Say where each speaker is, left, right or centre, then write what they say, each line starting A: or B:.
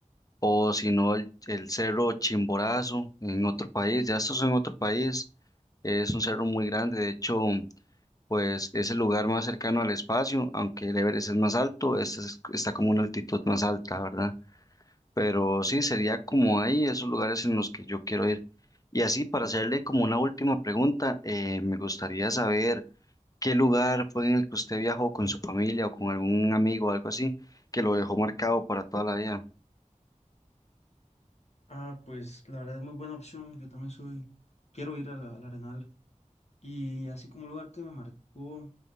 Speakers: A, on the left (about 25°); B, on the left (about 55°).
A: o si no el, el cerro Chimborazo en otro país, ya esto es en otro país, es un cerro muy grande, de hecho, pues es el lugar más cercano al espacio, aunque el Everest es más alto, este es- está como una altitud más alta, ¿verdad? Pero sí, sería como ahí, esos lugares en los que yo quiero ir. Y así, para hacerle como una última pregunta, eh, me gustaría saber qué lugar fue en el que usted viajó con su familia o con algún amigo algo así, que lo dejó marcado para toda la vida.
B: Ah, pues la verdad es muy buena opción. Yo también soy, quiero ir a la- al Arenal. Y así como un lugar que me marcó,